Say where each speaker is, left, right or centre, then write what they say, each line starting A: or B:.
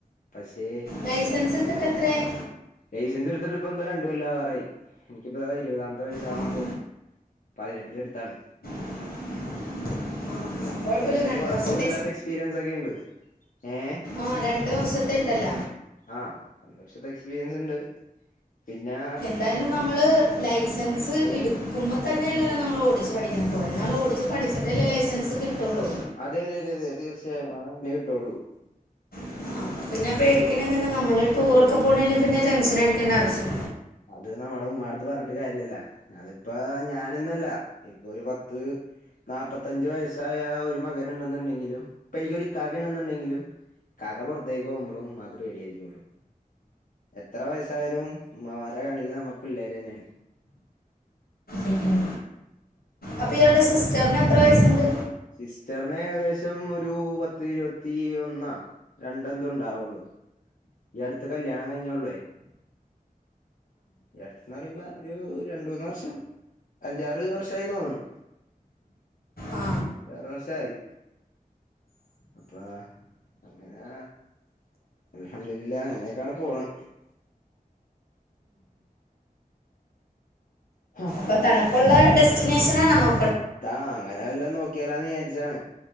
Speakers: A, on the left; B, on the left.
A: പക്ഷേ
B: ലൈസൻസ്
A: ഉമ്മച്ചിക്ക്
B: ഇട്ത്ത്ട്ട് എത്രയായി
A: ലൈസൻസ് ഇട്തിത്തിട്ട് ഇപ്പ ഇന്ന് രണ്ട് കൊല്ല ആവാറായി എനിക്കിപ്പ ഇരു വതാമത്തെ വയസ്സാവാ
B: ആ
A: പോണ് പതിനെട്ടില് ഇട്ത്താണ്
B: <inaudible>
A: അപ്പ അങ്ങനെ
B: കുഴപ്പമില്ല
A: അത്യാവശ്യം
B: രണ്ട്
A: കൊഴപ്പൊന്നുല്ലാത്ത
B: വർഷത്തെ
A: എക്സ്പീരൻസ് ഒക്കെ ഇണ്ട് ഏഹ്
B: ആഹ് രണ്ട് വർഷത്ത ഇണ്ടല്ല
A: ആഹ് രണ്ട് വർഷത്ത എക്സ്പീരിയൻസ് ഇണ്ട് പിന്നെ
B: എന്തായാലും നമ്മള് ലൈസൻസ് ഇട്ക്കുമ്പോ തന്നെല്ലല്ലോ നമ്മൾ ഓടിച്ച പഠിക്ക്ണ് കൊറേ നാള്
A: ഏ
B: ഓടിച്ച് പഠിച്ചിട്ടല്ലേ ലൈസൻസ് കിട്ടൊള്ളൂ
A: അതെ അതെ അതെ അതെ തീർച്ചയായും അത് അങ്ങനെ കിട്ടൊള്ളൂ
B: ആ, അപ്പൊ പിന്നെ പേടിക്കണ എന്തിനാ നമ്മൾ ടൂറെക്കെ പോണേന് പിന്നെ ടെൻഷൻ അടിക്കണ്ട ആവശ്യ
A: അത് നമ്മടെ ഉമ്മാട്ത്ത് പറഞ്ട്ട് കാര്യല്ലല്ലോ അത്പ്പോ ഞാനന്നല്ല ഇപ്പൊ ഒരു പത്ത് നാപ്പത്തഞ്ച് വയസ്സായ ഒരു മകനുണ്ടെന്നുണ്ടെങ്കിലും ഇപ്പ എനിക്കൊരു ഇകാക്ക ഇണ്ടന്നുണ്ടെങ്കിലും ഇക്കാക പൊറത്തേക്ക് പോവുമ്പളും ഉമ്മാക്ക് പേടിയായിരിക്കൊള്ളു എത്ര വയസ്സായാലും ഉമ്മമാരെ കണ്ണില് നമ്മ പിള്ളേരന്നെ
B: ഉം അപ്പ ഇയാളുടെ സിസ്റ്റർന് എത്ര വയസ്സ്ണ്ട്
A: സിസ്റ്റർന് ഏകദേശം ഒരു പത്ത് ഇരുപത്തി ഒന്നാ രണ്ടെതൊ ഇണ്ടാ വൊള്ളൂ ഈ അട്ത്ത് കല്യാണം കഴിഞ്ഞൊള്ളയ് ഈ അടുത്ത്ന്ന് പറിമ്പോ ഒരു രണ്ടു മൂന്ന് വർഷം അഞ്ചാറ് വർഷായിന്ന് തോന്ന്ണ്
B: ആ
A: അഞ്ചാറ് വർഷായി അപ്പാ അങ്ങനാ അൽഹംദുലില്ലാ അങ്ങനെയൊക്ക ആണ് പോണ് ഹാ
B: ഇപ്പ തണ്പ്പുള്ള ഡെസ്റ്റിനേഷനാണോ നോ
A: താ അങ്ങനെ വല്ലോം നോക്കിയാലാന്ന് വിചാരിച്ചാണ്